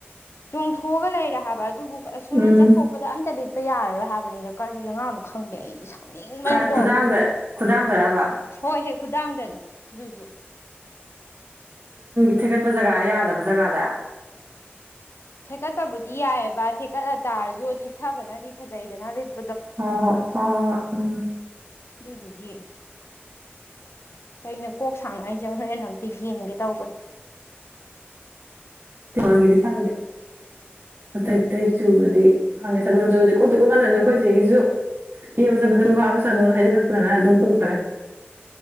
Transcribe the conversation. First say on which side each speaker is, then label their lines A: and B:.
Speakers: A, on the left; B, on the right.
A: ꯆꯣꯡꯊꯣꯛꯑꯒ ꯂꯩꯔꯦ ꯍꯥꯏꯕ ꯑꯗꯨꯕꯨ ꯑꯁꯣꯅ
B: ꯎꯝ
A: ꯆꯠꯊꯣꯛꯄꯗ ꯑꯝꯇꯗꯤ ꯄꯄ ꯌꯥꯔꯣꯏ ꯍꯥꯏꯕꯅꯤꯅ ꯀꯔꯤ ꯑꯉꯥꯡꯅꯣ ꯈꯪꯗꯦ ꯑꯩꯗꯤ ꯁ ꯅꯤꯡ ꯃꯅꯝꯀꯣ
B: ꯀꯥꯏ ꯈꯨꯗꯥꯡꯗ ꯈꯨꯗꯥꯡꯗꯔꯕ
A: ꯍꯣꯏ ꯍꯦꯛ ꯈꯨꯗꯥꯡꯗꯅꯤ ꯑꯗꯨꯁꯨ
B: ꯊꯦꯒꯠꯄ ꯖꯒꯥ ꯌꯥꯗꯕ ꯖꯒꯥꯗ
A: ꯊꯦꯛꯀꯠꯄꯕꯨꯗꯤ ꯌꯥꯏꯑꯕ ꯊꯦꯛꯀꯠꯂ ꯇꯥꯔꯁꯨ ꯊꯦꯛꯊꯕꯅꯗꯤ ꯐꯖꯩꯗꯅ ꯂꯩꯇ
B: ꯍ ꯍꯣ ꯍ ꯍ ꯎꯝ
A: ꯑꯗꯨꯗꯨꯒꯤ ꯀꯩꯅꯣ ꯀꯣꯛ ꯁꯥꯡꯅꯣ ꯑꯩꯁꯦ ꯍꯣꯔꯦꯟ ꯑꯝꯇ ꯌꯦꯡꯒꯦ ꯇꯧꯕꯅꯤ
B: ꯇꯃꯥꯟꯒꯤꯗꯤ ꯈꯪꯗꯦ ꯑꯇꯩ ꯑꯇꯩ ꯆꯨꯕꯗꯤ ꯍꯪꯉꯤ ꯁꯥ ꯅꯣꯟ ꯆꯨꯕꯁꯦ ꯀꯣꯛꯇꯣꯛꯄ ꯀꯥꯟꯗꯅꯦ ꯑꯩꯈꯣꯏ ꯁꯤꯒꯤꯁꯨ ꯀ ꯋꯥ ꯁꯕꯗꯪꯋꯥꯁꯅ ꯍꯩ ꯂꯥꯛꯗꯅ ꯑꯗꯨ ꯑꯗꯨ ꯍꯇꯥꯔꯦ